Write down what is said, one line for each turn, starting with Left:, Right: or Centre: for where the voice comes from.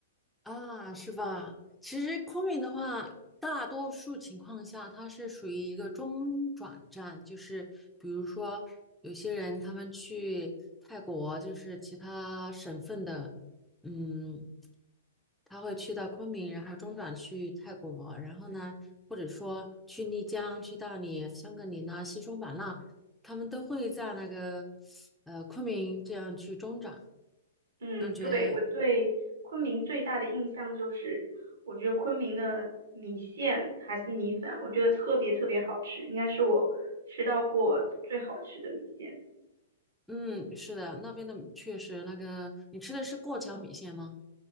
Centre: 啊，是吧？其实昆明的话，大多数情况下它是属于一个中转站，就是比如说有些人他们去泰国，就是其他省份的，嗯，他会去到昆明，然后中转去泰国，然后呢，或者说去丽江、去大理、香格里拉、西双版纳，他们都会在那个呃昆明这样去中转，
Right: 嗯，
Centre: 感觉
Right: 对，我对昆明最大的印象就是，我觉得昆明的米线还是米粉，我觉得特别特别好吃，应该是我吃到过最好吃的米线。
Centre: 嗯是的，那边的确实那个你吃的是过桥米线吗？